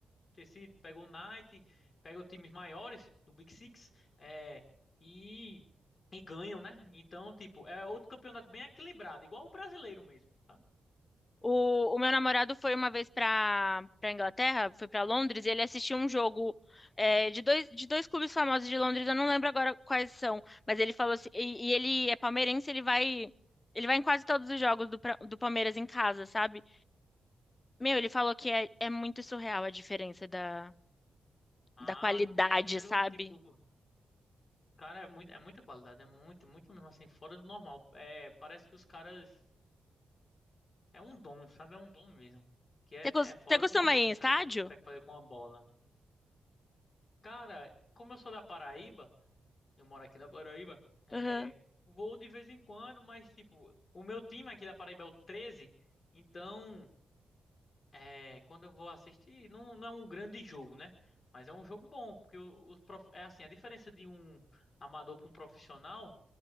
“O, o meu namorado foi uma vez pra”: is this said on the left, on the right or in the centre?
Left